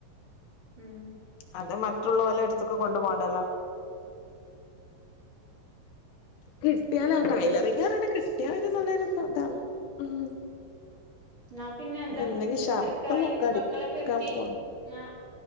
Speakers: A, on the right (about 30°); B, on the left (about 75°).
A: ഉം
B: അത് മറ്റുള്ളോരടുത്തേക്ക്
A: അതാണ്
B: കൊണ്ടുപോണ്ടല്ലോ കിട്ടിയാലാ
A: അത് ശരിയാണ്
B: ടൈലറിങ് <unintelligible> കിട്ടിയാല് നല്ലൊരു ഇതാണ് ഉം
A: എന്നാ പിന്നെ എന്താ
B: എന്തെങ്കി ഷർട്ടും
A: തിരക്കായി
B: ഒക്കെ അടിക്കാൻ
A: മക്കളൊക്കെ എത്തി
B: പോണം
A: എന്നാ